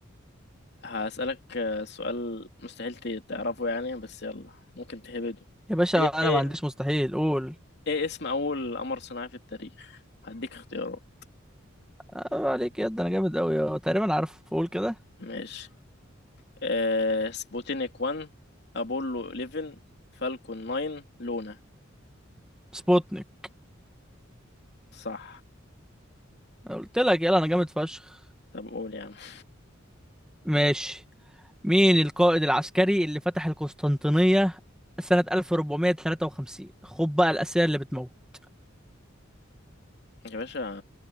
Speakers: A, on the left; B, in the centre.
A: هسألك آه، سؤال مستحيل ت- تعرفه يعني بس يلا ممكن تهبده
B: يا باشا
A: ايه ايه
B: انا ما عنديش مستحيل قول
A: ايه اسم اول قمر صناعي في التاريخ هديك اختيارات
B: آه عليك يا ده انا جامد قوي تقريبا عارف قول كده
A: ماشي آه سبوتينيك 1 ابولو 11 فالكون 9 لونا
B: سبوتنيك
A: صح
B: قلت لك يلا انا جامد فشخ
A: طب قول يا عم <laughs>
B: ماشي مين القائد العسكري اللي فتح القسطنطينية سنة 1453 خد بقى الأسئلة اللي بتموت
A: يا باشا